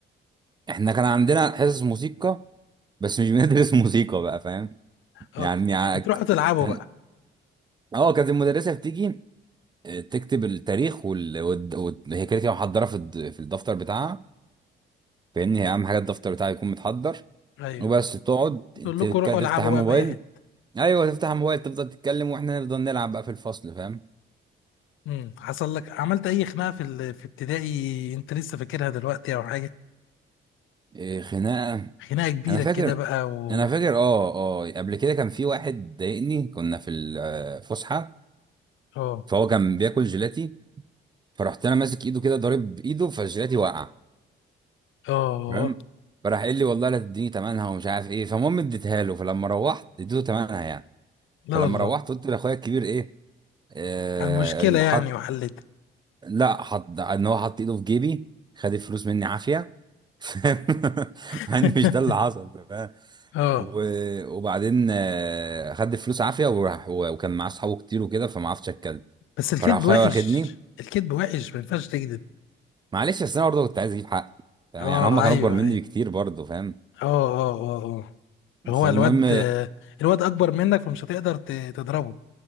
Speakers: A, on the right (about 20°); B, on the left (about 80°).
A: احنا كان عندنا حصص موسيقى بس مش بندرس <laughs> موسيقى بقى فاهم
B: اه
A: يعني ع-
B: بتروحوا تلعبوا
A: كان
B: بقى
A: اه كانت المدرسه بتيجي اه، تكتب التاريخ وال... وال... وال... هي كده كده محضره في الد- في الدفتر بتاعها فاهمني هي اهم حاجه الدفتر بتاعها يكون متحضر
B: ايوه
A: وبس تقعد
B: تقول
A: تك-
B: لكم روحوا العبوا
A: تفتح الموبايل
B: بقى في اي حته
A: ايوه تفتح الموبايل تفضل تتكلم واحنا نفضل نلعب بقى في الفصل فاهم
B: مم. حصل لك عملت اي خناقه في ال... في ابتدائي انت لسه فاكرها دلوقتي او حاجه
A: إيه خناقه
B: خناقه كبيره
A: انا فاكر
B: كده بقى و
A: انا فاكر اه اه قبل كده كان في واحد ضايقني كنا في الفسحه
B: اه
A: فهو كان بياكل جيلاتي فرحت انا ماسك ايده كده ضارب بايده فالجيلاتي وقع
B: اه آه.
A: تمام فراح قال لي والله لا تديني تمنها ومش عارف ايه فالمهم اديتها له فلما روحت اديته تمنها يعني
B: لا
A: فلما
B: والله
A: روحت قلت لاخويا الكبير ايه آه،
B: المشكله يعني
A: حط
B: وحلتها
A: لا حط ان هو حط ايده في جيبي خد الفلوس مني عافيه <laughs>
B: <laughs>
A: مع ان مش ده اللي حصل فاهم؟
B: اه
A: و... وبعدين آه، خد الفلوس عافيه وراح و... وكان معاه اصحابه كتير وكده فما عرفتش اتكلم
B: بس الكذب
A: فراح اخويا
B: وحش
A: واخدني
B: الكذب وحش ما ينفعش تكذب
A: معلش بس انا برضه كنت عايز اجيب حقي فاهم؟
B: اه
A: يعني هم كانوا
B: ايوه
A: اكبر مني
B: ايوه
A: بكتير برضه فاهم
B: اه اه اه اه هو
A: فالمهم
B: الواد الواد اكبر منك فمش هتقدر ت- تضربه